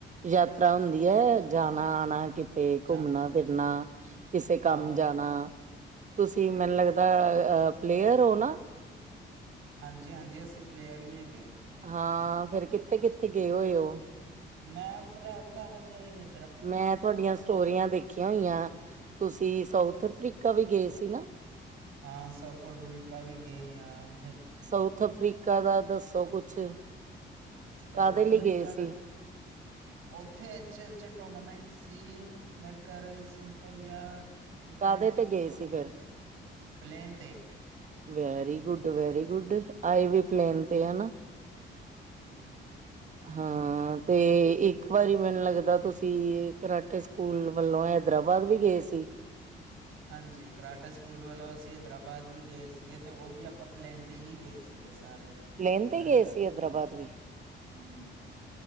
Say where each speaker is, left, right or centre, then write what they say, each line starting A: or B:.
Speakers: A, on the right; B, on the right.
A: ਯਾਤਰਾ ਹੁੰਦੀ ਐ, ਜਾਨਾ ਕਿਤੇ ਘੁੰਮਨਾ-ਫਿਰਨਾ,
B: ਜਾਂ
A: ਕਿਸੇ ਕੰਮ
B: ਆਹੋ
A: ਜਾਨਾ। ਤੁਸੀਂ
B: ਜਾਂ
A: ਮੈਨੂੰ
B: ਕਿਤੇ
A: ਲੱਗਦੈ ਅ ਪਲੇਅਰ ਔਨਾ?
B: ਹਾਂਜੀ ਹਾਂਜੀ, ਅਸੀਂ ਪਲੇਅਰ ਹੀ ਹੈਗ
A: ਹਾਂ, ਫੇਰ ਕਿੱਥੇ ਕਿੱਥੇ ਗਏ ਹੋਏ ਔ?
B: ਮੈਂ ਫਰੈਲ ਤਾਂ ਹਜੇ ਏਹ
A: ਮੈਂ ਤੁਹਾਡੀਆਂ ਸਟੋਰੀਆਂ ਦੇਖੀਆਂ ਹੋਈਆਂ, ਤੁਸੀਂ ਸਾਊ ਉਥ ਅਫਰੀਕਾ ਵੀ ਗਏ ਸੀ ਨਾ।
B: ਹਾਂ, ਸਫਰਰੀਕਾ ਵੀ ਗਏ ਆਂ।
A: ਸਾਊਥ ਅਫਰੀਕਾ ਦਾ ਦੱਸੋ ਕੁਛ।
B: ਸਾਊਥ
A: ਕਾਹਦੇ
B: ਅਫਰੀਕਾ
A: ਲਈ ਗਏ ਸੀ?
B: ਦਾ। ਓਥੇ ਐਚ ਐਲ ਚ ਟੂਰਨਾਮੈਂਟ ਸੀ, ਮੇਰੇ ਘਰ ਸਿੰਪਲ ਯਾ ਫਰੈਂਡਸ਼ਿਪ
A: ਕਾਹਦੇ ਤੇ ਗਏ
B: ਟੂਰਨਾਮੈਂਟ,
A: ਸੀ ਫੇਰ?
B: ਪਲੇਨ ਤੇ।
A: Very good, very good. ਆਏ ਵੀ ਪਲੇਨ ਤੇ ਹੈ ਨਾ।
B: ਹੂੰ।
A: ਹਾਂ ਤੇ ਇੱਕ ਵਾਰੀ ਮੈਨੂੰ ਲੱਗਦਾ ਤੁਸੀਂ ਕਰਾਟੇ ਸਕੂਲ ਵੱਲੋਂ ਐ ਹੈਦਰਾਬਾਦ ਵੀ ਗਏ ਸੀ।
B: ਹਾਂਜੀ, ਕਰਾਟੇ ਸਕੂਲ ਵੱਲੋਂ ਅਸੀਂ ਹੈਦਰਾਬਾਦ ਵੀ ਗਏ ਸੀਗੇ, ਤੇ ਓਹ ਵੀ ਆਪਾਂ ਪਲੇਨ ਤੇ ਹੀ ਗਏ ਸੀਗੇ‌। ਸਾਰੇ
A: ਪਲੇਨ ਤੇ
B: ਅਹ
A: ਗਏ ਸੀ ਹੈਦਰਾਬਾਦ ਵੀ
B: ਹੂੰ।